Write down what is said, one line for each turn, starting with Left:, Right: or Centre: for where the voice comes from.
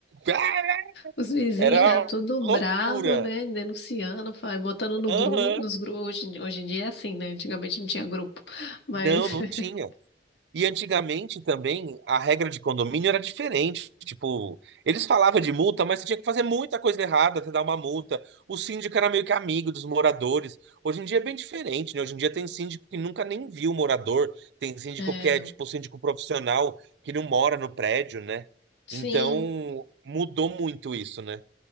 Right: "Ah!"
Left: Os vizinhos
Right: Era
Left: já tudo
Right: loucura.
Left: bravo, né? Denunciando, fa- botando no
Right: Aham.
Left: grupo, nos grupos. Hoje, em- hoje em dia é assim, né? Antigamente não tinha grupo. Mas,
Right: Não, não
Left: <laughs>
Right: tinha. E antigamente também a regra de condomínio era diferente. Tipo, eles falavam de multa, mas você tinha que fazer muita coisa errada até dar uma multa. O síndico era meio que amigo dos moradores. Hoje em dia é bem diferente, né? Hoje em dia tem síndico que nunca nem viu o morador, tem síndico
Left: é,
Right: que é tipo síndico profissional que não mora no prédio, né?
Left: sim,
Right: Então mudou muito isso, né?